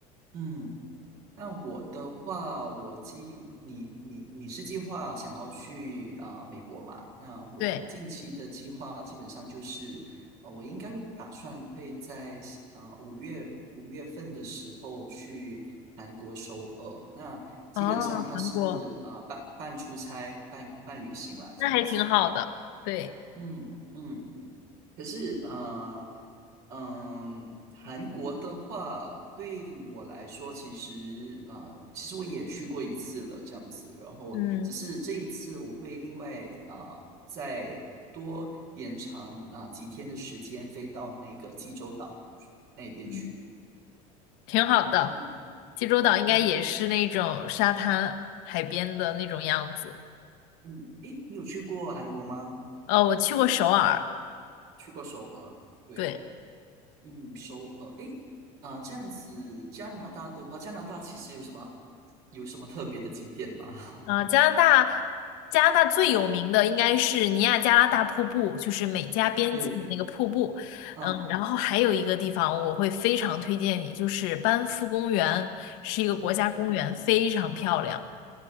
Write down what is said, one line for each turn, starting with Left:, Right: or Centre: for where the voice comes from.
Right: 嗯。那我的话，我计你你你是计划想要去啊、美国嘛？那我近期的计划基本上就是，
Left: 对，
Right: 呃，我应该会打算会在啊五、月五月份的时候去韩国首尔。那基本上它是啊、
Left: 哦，韩国，
Right: 半半出差半半旅行啦，这样子。
Left: 那还挺好的，对。
Right: 嗯嗯。可是，呃，嗯，韩国的话，对我来说，其实，呃，其实我也去过一次了，这样子。然后，
Left: 嗯
Right: 只是这一次我会另外啊、呃再多延长啊、呃几天的时间，飞到那个济州岛那边去。
Left: 嗯，挺好的。
Right: 嗯
Left: 济州岛应该也是那种沙滩海边的那种样子。
Right: 嗯嗯，诶，你有去过韩国吗？
Left: 呃，我去过首尔，
Right: 去过首尔，对。
Left: 对，
Right: 嗯，首尔，诶，啊，这样子，加拿大的话，加拿大其实有什么有什么特别的景点吗？
Left: 啊、加拿大，加拿大最有名的应该是尼亚加拉大瀑布，就是美加边境的那个瀑布。
Right: <laughs> 对，啊，
Left: 嗯，然后还有一个地方我会非常推荐你，就是班夫公园，是一个国家公园，
Right: 班夫公园，
Left: 非常漂亮。